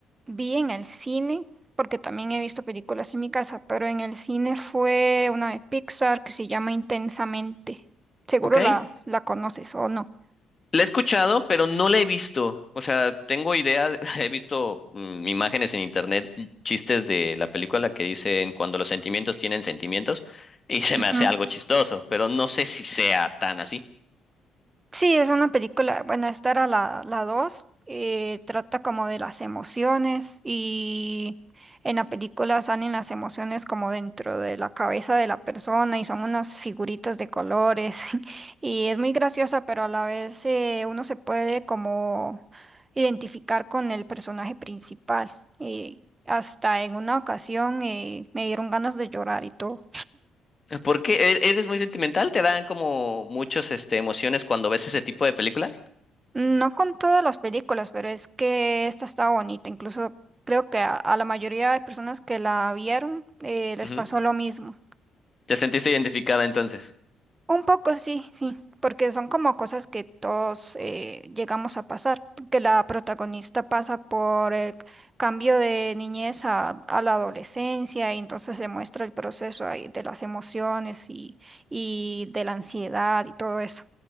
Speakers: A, on the right; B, on the left.
A: vi en el cine, porque también he visto películas en mi casa, pero en el cine fue una de Pixar que se llama Intensamente. Seguro
B: Ok.
A: la, la conoces o no.
B: La he escuchado, pero no la he visto. O sea, tengo idea, de- <laughs> he visto mm, imágenes en internet, mm, chistes de la película que dicen cuando los sentimientos tienen sentimientos y se
A: Ujú.
B: me hace algo chistoso, pero no sé si sea tan así.
A: Sí, es una película, bueno, esta era la, la 2 eh, trata como de las emociones y en la película salen las emociones como dentro de la cabeza de la persona y son unas figuritas de colores <laughs> y es muy graciosa, pero a la vez eh, uno se puede como identificar con el personaje principal y hasta en una ocasión eh, me dieron ganas de llorar y todo.
B: ¿Por qué? ¿E- ¿Eres muy sentimental? ¿Te dan como muchas este, emociones cuando ves ese tipo de películas?
A: No con todas las películas, pero es que esta está bonita. Incluso creo que a, a la mayoría de personas que la vieron eh, les
B: Ujú.
A: pasó lo mismo.
B: ¿Te sentiste identificada entonces?
A: Un poco sí, sí, porque son como cosas que todos eh, llegamos a pasar, que la protagonista pasa por el cambio de niñez a, a la adolescencia y entonces se muestra el proceso ahí de las emociones y, y de la ansiedad y todo eso.